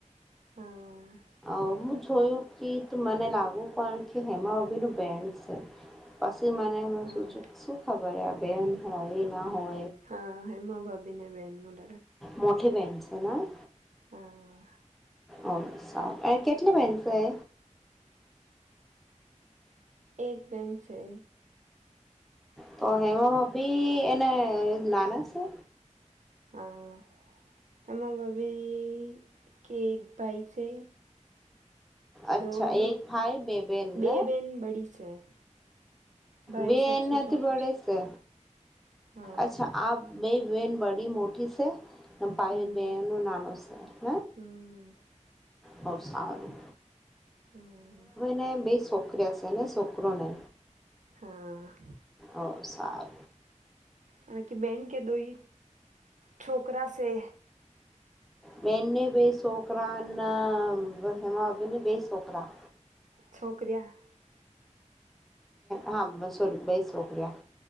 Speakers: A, on the right; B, in the centre.
A: હા.
B: હું જોયું કે મને લાગુ પણ કે હેમા ઓભી ન બેન્ડ પછી મને
A: હા
B: શું ખબર આ બેન હોય ના હોય.
A: હા હેમા ભાભી ને બેહેનનું.
B: મોઠ બેન્ છે.
A: હા.
B: ઓ સારું <unintelligible> કેટલી બેન છે એ.
A: એક બેન છે.
B: તો હેમાભાભી એને નાના છે.
A: આ. <unintelligible> હેમાભાભી <unintelligible> કેક ભાઈ <unintelligible> છે.
B: અચ્છા
A: દોનો
B: એક ભાઈ બે બેનને.
A: બે બેન બડી છે. <unintelligible> ભાઈ
B: બે
A: સબસું
B: એ નથી
A: છોટું
B: બડે છે.
A: હા
B: અચ્છા બે બેહેન બડી મોઠી છે, અને ભાઈ
A: હમ
B: બેનો નાનો છે. હ
A: હમ
B: બવ સારું
A: હમ
B: ને <unintelligible> બે સો શુકિયાશેને <unintelligible> શોકરોને
A: હા
B: ઓ સાર
A: હ <unintelligible> કે બેન કે દઈ છોકરા છે.
B: બેનને બે છોકરા ના હેમાભીને <unintelligible> બે છોકરા
A: છોકરીયા.
B: હા સોરી <unintelligible> બે છોકરીિયા